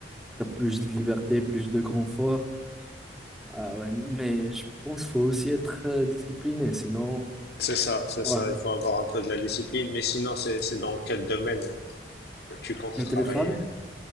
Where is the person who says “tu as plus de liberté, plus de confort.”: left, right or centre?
Centre